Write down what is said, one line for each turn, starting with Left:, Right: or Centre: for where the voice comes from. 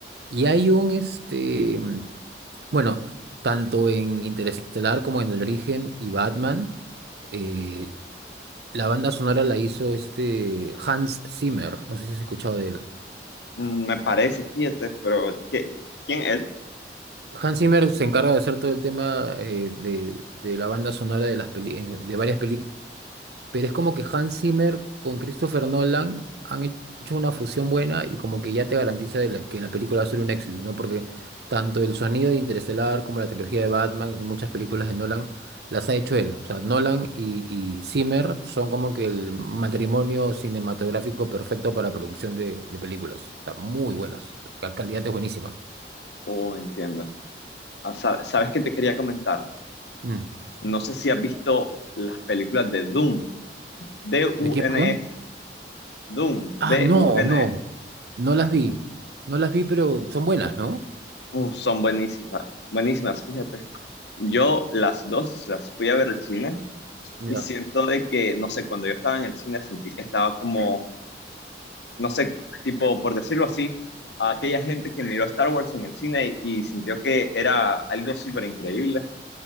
Right: Y hay un, este, mm, bueno, tanto en Interestelar como en el origen y Batman. eh, La banda sonora la hizo este Hans Zimmer, no sé si has escuchado de él.
Left: Mm, me parece, fíjate, pero ¿qué- ¿quién es?
Right: Hans Zimmer se encarga de hacer todo el tema eh, de, de la banda sonora de las peli- en- de varias películas. Pero es como que Hans Zimmer con Christopher Nolan han he- hecho una fusión buena y como que ya te garantiza de la- que la película va a ser un éxito, ¿no? Porque tanto el sonido de Interestelar como la trilogía de Batman y muchas películas de Nolan las ha hecho él. O sea, Nolan y, y Zimmer son como que el matrimonio cinematográfico perfecto para producción de, de películas. O sea, muy buenas. La calidad es buenísima.
Left: Oh, entiendo. Ah, sa- ¿sabes qué te quería comentar?
Right: Mm.
Left: No sé si has visto las películas de Dune, D-U-N-E,
Right: ¿De quién, perdón?
Left: Dune, D-U-N-E.
Right: Ah, no,
Left: D U N
Right: no.
Left: E.
Right: No las vi. No las vi, pero son buenas, ¿no?
Left: Uf, son buenísimas, buenísimas, fíjate. Yo las dos las fui a ver al cine
Right: Ya.
Left: y siento de que, no sé, cuando yo estaba en el cine sentí que estaba como, no sé, tipo, por decirlo así, a aquella gente que miró Star Wars en el cine y, y sintió que era algo súper increíble,